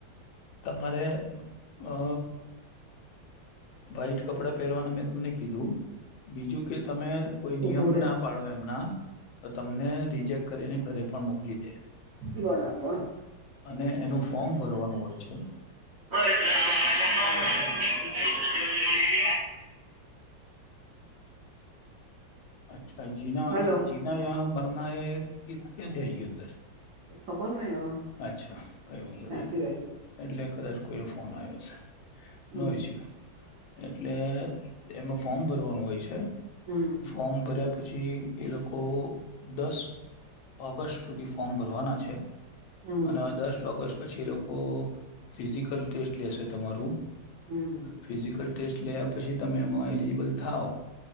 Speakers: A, on the left; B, on the right.
A: તમારે અ વ્ાઈટ કપડા પહેરવાના મેં તમને કીધું બીજું કે તમે કોઈ નિયમ
B: ઉભું રે
A: ના પાડો એમના તો તમને રિજેક્ટ કરીને ઘરે પણ મોકલી દે
B: બો નામાં
A: અને એનું ફોર્મ ભરવાનું હોય છે
B: હરણ
A: અચ્છા જીના
B: હલો
A: જીના મરના ક્યાં થ આય ગ અંદર
B: એ ખબર નઈ હવે
A: અચ્છા કઈ વાંધો
B: ક્યાંથી
A: નહી
B: આવી
A: એટલે કદાચ કોઈ ફોન આવ્યો હશે
B: હમ
A: નો ઈસ્યુ એટલે એમાં ફોર્મ ભરવાનું હોય છે
B: હમ
A: ફોર્મ ભર્યા પછી પછી એ લોકો દસ ઓગસ્ટ સુધી ફોર્મ ભરવાના છે
B: હમ
A: અને દસ ઓગસ્ટ પછી એ લોકો ફિઝિકલ ટેસ્ટ લેશે તમારું
B: હમ
A: ફિઝિકલ ટેસ્ટ લેયા પછી તમે એમાં એલિજીિબલ થાવ